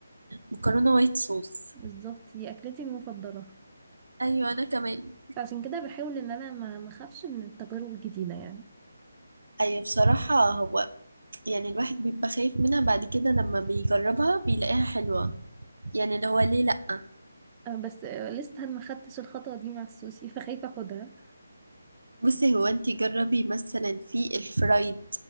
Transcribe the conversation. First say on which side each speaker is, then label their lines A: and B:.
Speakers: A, on the right; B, on the right.
A: المكرونة وايت صوص
B: بالظبط دي أكلتي المفضلة
A: أيوة أنا كمان
B: عشان كده بحاول إن أنا ما ما أخافش من التجارب الجديدة يعني
A: أيوة بصراحة هو يعني الواحد بيبقى خايف منها بعد كده لما بيجربها بيلاقيها حلوة يعني اللي هو ليه لأ
B: أه بس أه، لسه ما خدتش الخطوة دي مع السوشي <laughs> فخايفة أخدها
A: بصي هو انتي جربي مثلا في الفرايد